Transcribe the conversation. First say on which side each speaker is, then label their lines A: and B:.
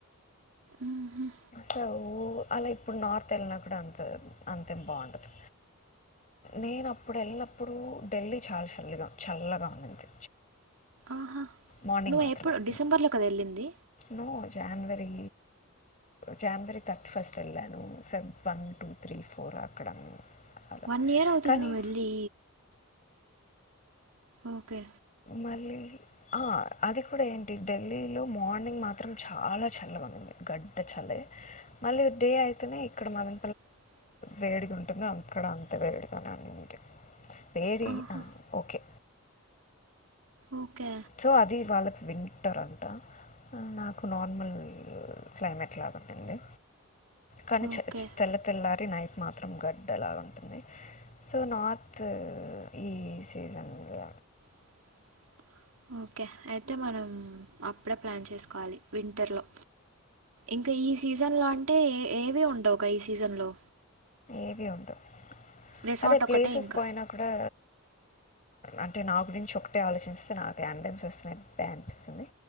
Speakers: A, on the right (about 70°); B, on the left (about 35°).
A: మ్మ్.
B: సో అలై ఇప్పుడు నార్త్ వెళ్ళినా కూడా అంత అంతేం బావుండదు. నేను అప్పుడు వెళ్ళినప్పుడు ఢిల్లీ చాలా చలిగా చల్లగా ఉండింది.
A: ఆహా
B: మార్నింగ్
A: నువ్వు
B: మాత్రమే
A: ఎప్పుడు డిసెంబర్లో కదా వెళ్ళింది
B: no January January thirty first వెళ్ళాను. Feb one, two, three, four అక్కడ అలా
A: వన్ ఇయర్ అవుతుంది.
B: కానీ
A: నువు వెళ్ళి ఓకే
B: మళ్ళీ ఆహా అది కూడా ఏంటి ఢిల్లీలో మార్నింగ్ మాత్రం చాలా చల్ల బానుంది గడ్ద చలే మళ్ళీ డే అయితేనే ఇక్కడ మనం
A: బ్లాంక్
B: వేడిగా ఉంటుంది అక్కడ అంత వేడిగానే ఉంది. వేడి
A: ఆహా
B: అయిన ఓకే
A: ఓకే
B: సో అది వాళ్ళకి వింటరంట. నాకు నార్మల్ క్లైమేట్ లాగా ఉండింది. కానీ
A: ఓకే
B: చలి తెల్ల తెల్లారి నైట్ మాత్రం గడ్డ లాగ ఉంటుంది. సో నార్తు ఈ సీజన్ వే
A: బ్లాంక్ ఓకే అయితే మనం అప్పుడే ప్లాన్ చేసుకోవాలి వింటర్లో. ఇంకా ఈ సీజన్ లో అంటే ఏ ఏవి ఉండవు క ఈ సీజన్ లో
B: ఏవి ఉండవు
A: రిసార్ట్
B: అదే
A: ఒకటే
B: ప్లేసెస్
A: ఇంకా
B: పోయినా కూడా అంటే నా గురించి ఒకటే ఆలోచిస్తే నాకు అండెన్స్ వస్తన్నాయి బా అనిపిస్తుంది